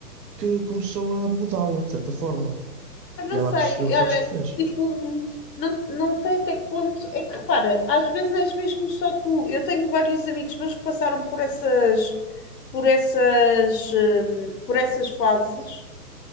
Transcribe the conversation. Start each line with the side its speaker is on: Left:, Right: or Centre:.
Right: que começou a mudá-la, de certa forma.
Left: Eu não
Right: E ela
Left: sei,
Right: percebeu os
Left: olha,
Right: erros que fez.
Left: tipo, não, não sei até que ponto. É que repara, às vezes és mesmo só tu. Eu tenho vários amigos meus que passaram por essas, por essas, hum, por essas fases.